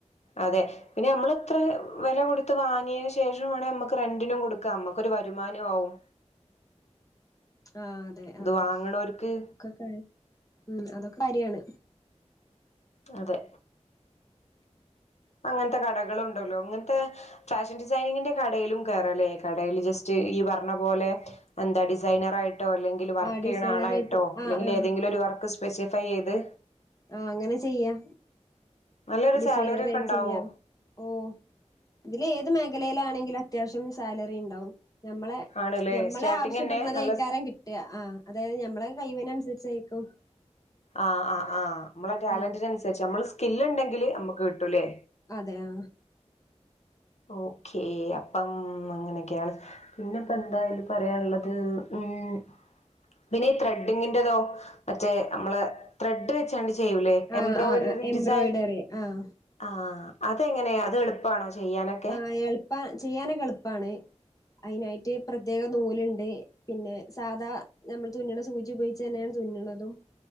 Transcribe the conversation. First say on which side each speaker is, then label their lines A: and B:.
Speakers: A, on the left (about 65°); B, on the left (about 30°).
A: അതെ പിന്നെ നമ്മള അത്ര വില കൊടുത്ത് വാങ്ങിയതിനു ശേഷം വേണേ നമ്മക്ക് റെന്റിനും കൊടുക്കാ നമ്മുക്കൊ ഒരു വരുമാന ആവും
B: ആഹ് അതെ
A: ഇത്
B: ആഹ്
A: വാങ്ങണോർക്ക്
B: ഒക്കെ ഉ അതൊക്കെ കാര്യാണ്
A: അതെ അങ്ങൻത്തെ കടകളും ഉണ്ടല്ലോ അങ്ങൻത്തെ ഫാഷൻ ഡിസൈനിങ്ങിന്റെ കടയിലും കേറലേ ക ജസ്റ്റ് ഈ പറഞ്ഞ പോലെ എന്താ ഡിസൈനർ ആയിട്ടോ അല്ലെങ്കി വർക്ക്
B: ആഹ് ഡിസൈനറായിട്ട്
A: ചെയ്യണ ആളായിട്ടോ അല്ലെങ്കിൽ
B: ആഹ് ആഹ്
A: ഏതെങ്കിലും ഒരു വർക്ക് സ്പെസിഫൈ ചെയ്ത്
B: ആഹ് അങ്ങനെ ചെയ്യാ
A: നല്ലൊരു
B: ഡിസൈനർ
A: സാലറി ഒക്കെ
B: ആയിട്ട്
A: ഉണ്ടാവോ
B: ചെയ്യാം ഓഹ് ഇതില് ഏത് മേഖലയിലാണെങ്കിലും അത്യാവശ്യം സാലറി ഉണ്ടാവും ഞമ്മളെ
A: ആണ്ല്ലേ
B: ഞമ്മളെ
A: സ്റ്റാർട്ടിങ്ങന്നെ
B: ആവശ്യപ്പെടണുന്നത്
A: നല്ല
B: എയ്ക്കാരം കിട്ട ആഹ് അതായത് ഞമ്മള കൈവിന അനുസരിച്ചായിരിക്കും
A: ആഹ് ആഹ് ആ നമ്മളെ ടാലന്റിന്
B: ഉം
A: അനുസരിച്ച് നമ്മള് സ്കില്ല് ഉണ്ടെങ്കില് നമുക്ക് കിട്ടുംല്ലേ
B: അതെ ആ
A: ഓക്കേ അപ്പം അങ്ങനെയൊക്കെയാണ് പിന്നെപ്പ
B: ഉം
A: എന്തായാലും പറയാനുള്ളത് ഉം പിന്നെ ഈ ത്രെഡിങ്ങിന്റെതോ മറ്റേ നമ്മള് ത്രെഡ് വെച്ചാണ്ട് ചെയ്യൂലേ
B: ആഹ്
A: എംബ്രോയിഡറി
B: ആഹ് ആഹ് എംബ്രോയ്ഡറി
A: ഡിസൈൻ
B: ആഹ്
A: ആഹ് അതെങ്ങനെയാ അത് എളുപ്പമാണോ ചെയ്യാനൊക്കെ
B: ആ എളുപ്പ ചെയ്യാനൊക്കെ എളുപ്പാണ് അതിനായിട്ട് പ്രത്യേക നൂലുണ്ട് പിന്നെ സാധാ നമ്മള് തുന്നുന്ന സൂചി ഉപയോഗിച്ചു തന്നെയാണ് തുന്നുന്നതും